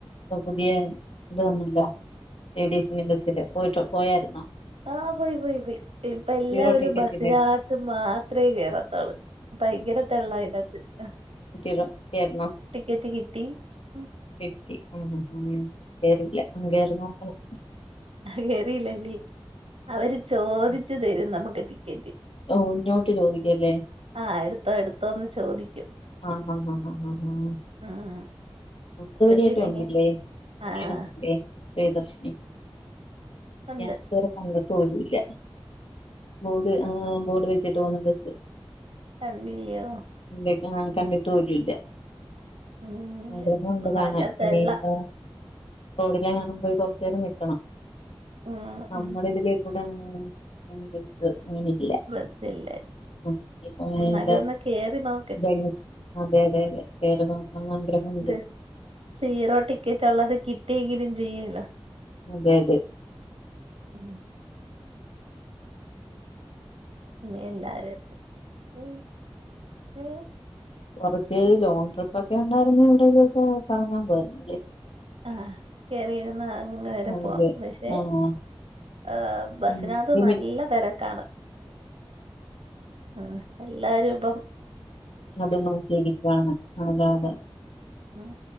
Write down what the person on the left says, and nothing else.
പ്പ പുതിയ ഇത് വന്നല്ലോ. ലേഡീസിന്റെ ബസ്സില് പോയിട്ട് പോയാരുന്നോ?
സീറോ ടിക്കറ്റിന്റെ
ല്ല കേക്കണം
കിട്ടി ഉം ഉം ഉം കേറില്ല ഒന്ന് കേറി നോക്കണം.
ഉം.
ഓ ഇങ്ങോട്ട് ചോദിക്കല്ലേ
ആഹ് ആഹ് ആഹ് ആഹ് ആഹ്
അതുവഴിയൊക്കെ
ഉണ്ടില്ലേ. ത്
വഴി ഒണ്ടില്ലേ. പ്രിയദർശിനി
ഞാൻ ഇതുവരെ കണ്ടിട്ട് പോലുംല്ല. ബോർഡ് ആഹ് ബോർഡ് വെച്ചിട്ട് പോന്ന ബസ്.
കണ്ടി ആഹ് കണ്ടിട്ട് പോലൂല്ല.
ആഗ്രഹോണ്ട്
കാണാൻ
ഇനിപ്പ റോഡിലെങാണം പോയി കൊറച്ചേരം നിക്കണം.
നമ്മുടെ ഇതിലേകൂ താനാ അനിബസ്. അങ്ങനില്ല
ആഹ് ഇപ്പോ <unintelligible>
എന്തായ് അതെ അതെ അതെ കേറി നോക്കണമെന്ന് ആഗ്രഹമുണ്ട്.
അതെ അതെ.
കൊറച്ച് ലോങ്ങ് ട്രിപ്പക്കെ ഉണ്ടായിരുന്നൊണ്ടെല് ഒക്കെ കറങ്ങാൻ പോകാരുന്നില്ലേ?
അതെ
ആഹ്
ഉം
അത് നോക്കിയിരിക്കയാണ്. അതെ അതെ.